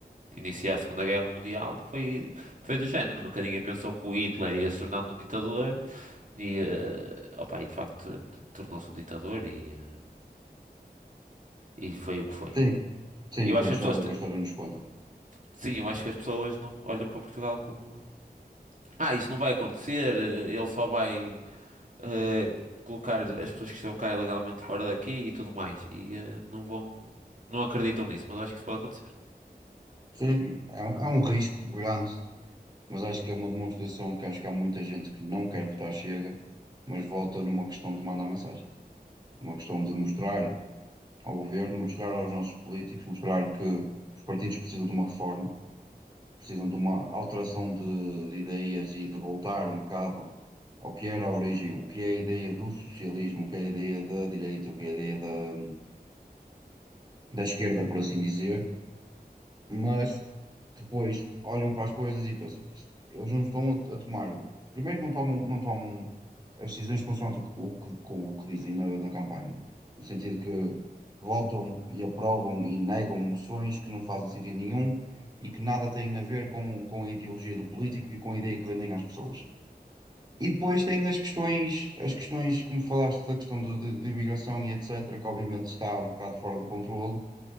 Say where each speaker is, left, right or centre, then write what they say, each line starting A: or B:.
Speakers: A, on the right (about 50°); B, on the right (about 25°).
A: inicia a Segunda Guerra Mundial, foi, foi do género. Nunca ninguém pensou que o Hitler ia se tornar um ditador e, eh, opa, e de facto tor- tornou-se um ditador e, eh, e foi o que foi.
B: Sim, sim,
A: E eu
B: que
A: acho
B: é o
A: que
B: histó-
A: as pessoas,
B: o
A: te-
B: que a história nos conta.
A: sim, eu acho que as pessoas não olham para Portugal como, ah, isto não vai acontecer, eh, ele só vai. eh, colocar as pessoas que estão cá ilegalmente fora daqui e tudo mais. E eh, não vão, não acreditam nisso, mas eu acho que isso pode acontecer.
B: Sim, é um, é um risco grande, mas acho que é uma demonstração que acho que há muita gente que não quer votar Chega, mas volta numa questão de mandar mensagem, uma questão de mostrar ao governo, mostrar aos nossos políticos, mostrar que os partidos precisam de uma reforma, precisam de uma alteração de, de ideias e de voltar um bocado ao que era a origem, o que é a ideia do socialismo, o que é a ideia da direita, o que é a ideia da, da esquerda, por assim dizer, mas depois olham para as coisas e pensam, "Mas eles não estão a, a tomar, primeiro não tomam, não tomam as decisões consoante o, que- o que, com o que dizem na, na campanha, no sentido que votam e aprovam e negam moções que não fazem sentido nenhum e que nada têm a ver com, com a ideologia do político e com a ideia que vendem às pessoas. E depois tem as questões, as questões, como falaste, da questão do- de, de imigração e etc., que obviamente está um bocado fora do controle.